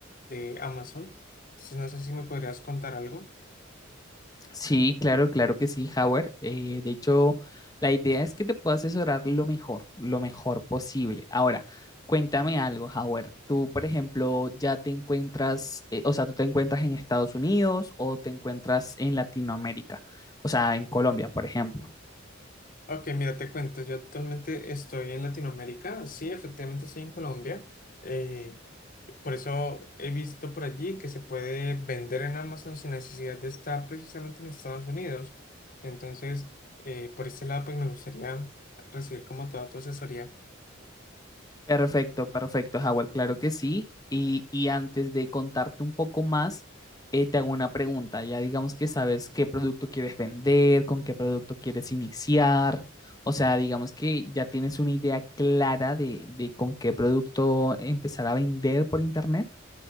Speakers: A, on the left; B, on the left.
A: de Amazon, entonces no sé si me podrías contar algo.
B: Sí, claro, claro que sí, Howard. Eh, de hecho, la idea es que te pueda asesorar lo mejor, lo mejor posible. Ahora, cuéntame algo, Howard. Tú, por ejemplo, ya te encuentras, eh, o sea, tú te encuentras en Estados Unidos o te encuentras en Latinoamérica, o sea, en Colombia, por ejemplo.
A: Ok, mira, te cuento, yo actualmente estoy en Latinoamérica, sí, efectivamente estoy en Colombia, eh, por eso he visto por allí que se puede vender en Amazon sin necesidad de estar precisamente en Estados Unidos. Entonces, eh, por este lado, pues me gustaría recibir como toda tu asesoría.
B: Perfecto, perfecto, Howard, claro que sí. Y, y antes de contarte un poco más, eh, te hago una pregunta. Ya digamos que sabes qué producto quieres vender, con qué producto quieres iniciar. O sea, digamos que ya tienes una idea clara de, de con qué producto empezar a vender por internet.